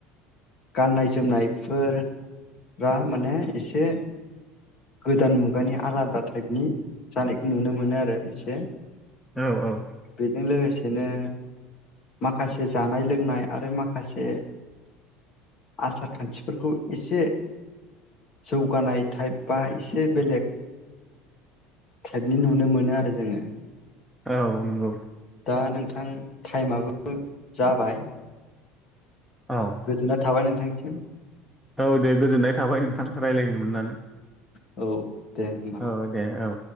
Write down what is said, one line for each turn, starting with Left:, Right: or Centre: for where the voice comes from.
Left: गाननाय जोमनायफोर बा माने एसे गोदान मुगानि आलादा टाइपनि जानायखौ नुनो मोनो आरो एसे।
Centre: औ औ
Left: बेजों लोगोसे बिदिनो माखासे जानाय लोंनाय आरो माखासे माखासे आसार खान्थिफोरखौ एसे जौगानाय टाइप बा एसे बेलेग टाइपनि नुनो मोनो आरो जोङो।
Centre: औ नंगौ
Left: दा नोंथां टाइमाबोथ जाबाय
Centre: औ
Left: गोजोनाय थाबाय नोंथां <inaudible> <unintelligible>
Centre: औ दे गोजोननाय थाबाय नोंथां रायज्लायनो मोननानै।
Left: औ। दे होमबा
Centre: औ दे औ‌।